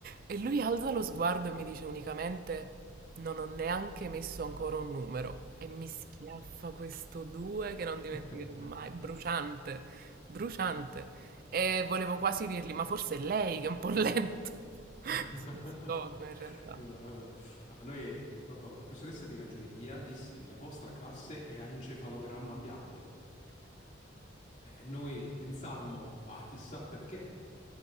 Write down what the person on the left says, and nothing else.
<laughs>
<laughs>
No, guarda, a noi, mi ricordo, la professoressa di ragioneria disse la vostra classe è a encefalogramma piatto. E noi pensammo, ma chissà perché.